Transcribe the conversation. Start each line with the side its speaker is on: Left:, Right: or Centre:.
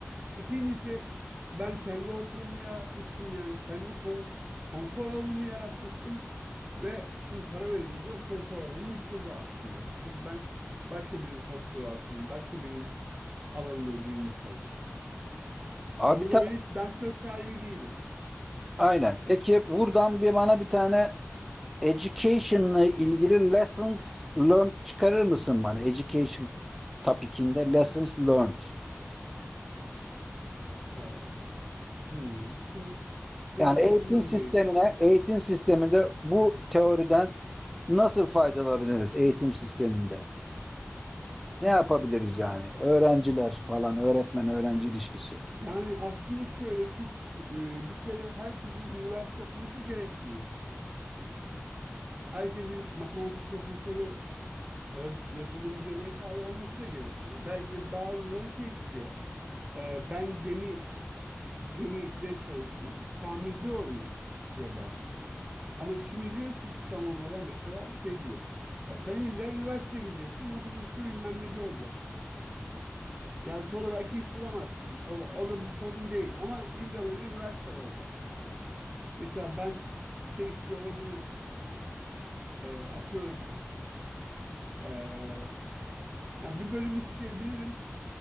Right: İkincisi ben kendi ortamımı yaratmıştım yani kendi kon- konfor alanımı yaratmıştım ve şimdi para verilince o konfor alanı yıkıldı aslında. Çünkü ben başka birinin kontrol altındayım, başka birinin alanına girmiş oldum.
Centre: Abi
Right: Ve burada benim ben söz sahibi değilim.
Centre: Aynen. Peki buradan bir bana bir tane education'la ilgili lessons learned çıkarır mısın bana? Education topic'inde lessons learned.
Right: Ee, hmm, düşün, biraz
Centre: Yani eğitim
Right: düşünmem
Centre: sistemine,
Right: gerekiyor.
Centre: eğitim sisteminde bu teoriden nasıl faydalanabiliriz eğitim sisteminde? Ne yapabiliriz yani? Öğrenciler falan, öğretmen öğrenci ilişkisi.
Right: Yani aslında şöyle Türk e, bir kere herkesin üniversite okuması gerekmiyor. Herkesin matematik profesörü e, yazılımcı vesaire olması da gerekmiyor. Belki de bazıları şey istiyor. E, ben gemi gemide çalışayım, tamirci olayım istiyor belki. Ama şimdi diyor ki sistem onlara mesela şey diyor. Ya sen illa üniversite gideceksin, matematikçi bilmem neci olacaksın. Yani sonra belki iş bulamazsın. O, o da bir sorun değil. Ama illa böyle üniversitede olacaksın falan. Mesela ben şey istiyor olabilirim. E, atıyorum. E, ya bir bölüm isteyebilirim.